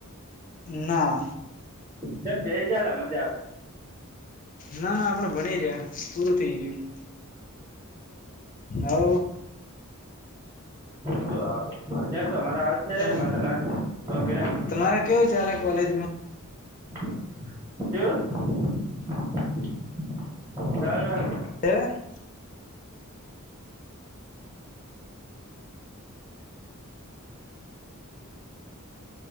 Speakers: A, on the left; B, on the right.
A: ના
B: તમ બેઈ જાલે મજા આવે સે.
A: ના ના આપણે ભણી રહ્યા પૂરું થઈ ગયું હ
B: <inaudible>
A: તમ તમારે કેવું ચાલે કોલેજમાં
B: <unintelligible>
A: હે